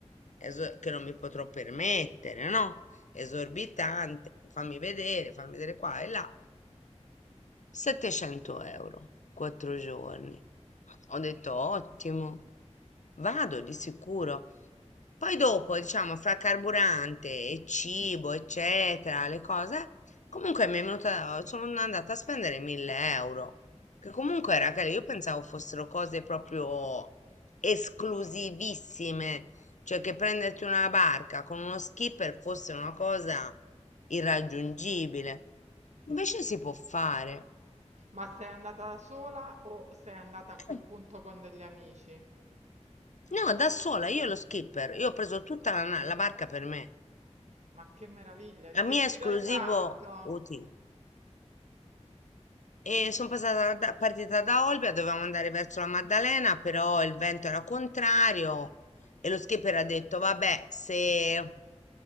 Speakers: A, on the left (about 85°); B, on the right (about 70°).
A: eso- che non mi potrò permettere, no? Esorbitante, fammi vedere, fammi vedere qua e là. 700 euro, 4 giorni. Ho detto ottimo, vado di sicuro. Poi dopo, diciamo, fra carburante e cibo, eccetera, le cose, comunque mi è venuta, sono andata a spendere 1000 euro, che comunque era che io pensavo fossero cose proprio esclusivissime, cioè che prenderti una barca con uno skipper fosse una cosa irraggiungibile. Invece si può fare.
B: Ma sei andata da sola o sei andata a quel
A: Eh,
B: punto con degli amici?
A: No, da sola, io lo skipper, io ho preso tutta la, na- la barca per me,
B: Ma che meraviglia,
A: a
B: che
A: mio
B: giro
A: esclusivo
B: hai fatto?
A: utile. E sono passata da- partita da Olbia, dovevamo andare verso la Maddalena, però il vento era contrario e lo skipper ha detto, vabbè, se,